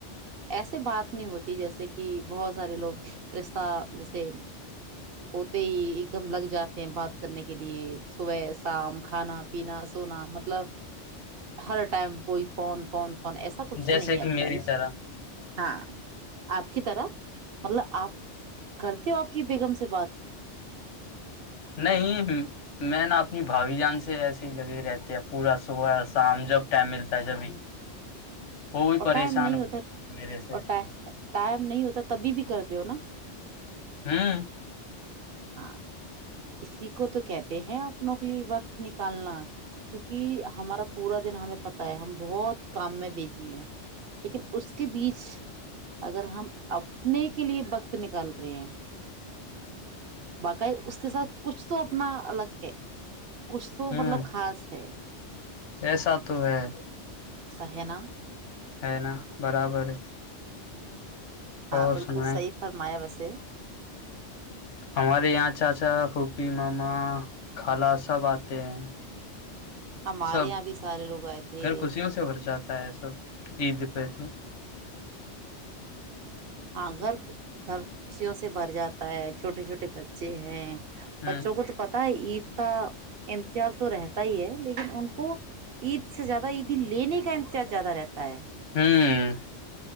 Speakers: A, on the right; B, on the left.
A: ایسے بات نہیں ہوتی جیسے کہ بہت سارے لوگ رشتہ جیسے ہوتے ہی ایک دم لگ جاتے ہیں بات کرنے کے لیے صبح شام کھانا پینا سونا مطلب ہر ٹائم وہئی فون فون فون ایسا کچھ
B: جیسے
A: نہیں ہے
B: کہ
A: اپنے
B: میری
A: بیچ
B: طرح
A: ہاں آپ کی طرح مطلب آپ کرتے ہو آپ کی بیگم سے بات
B: نہیں میں نا اپنی بھاوی جان سے ایسے ہی لگے رہتے ہیں پورا س شام جب ٹائم ملتا ہے جبھی وہ بھی
A: اور
B: پریشان
A: ٹائم نہیں
B: ہو
A: ہوتا
B: گیا میرے سے
A: اور ٹائم نہیں ہوتا تبھی بھی کر د ہو نا
B: ہاں
A: ہاں اسی کو تو کہتے ہیں اپنوں کے لیے وقت نکالنا کیونکہ ہمارا پورا دن ہمیں پت ہے ہم بہت کام میں بیجی ہیں لیکن اس کے بیچ اگر ہم اپنے کے لیے وقت نکال رہے ہیں باقاع اس کے ساتھ کچھ تو اپنا الگ ہے کچھ تو
B: ہمم
A: مطلب خاص ہے
B: ایسا تو ہے
A: سہنا
B: ہے ن برابر ہے
A: ہاں
B: اور
A: بالکل
B: سنیں
A: صحیح فرمایا ویسے سے
B: ہمارے یہاں چاچا پھپی ماما خالا سب آتے ہیں
A: ہمارے
B: سب
A: یہاں بھی سارے لوگ آئے تھے
B: گھر خوشیوں سے بھر ہے سب عز پہ تو
A: ہاں گھر گھر خوشیوں سے بھر جاتا ہے چھوٹے چھوٹے بچے ہیں
B: ہوں
A: بچوں کو تو پتا ہے عید کا امتظار تو رہتا ہی ہے لیکن ان کو عید سے اس سے زیادہ عیدی لینے کا انتجارج زیادہ رہتا ہے
B: ہمم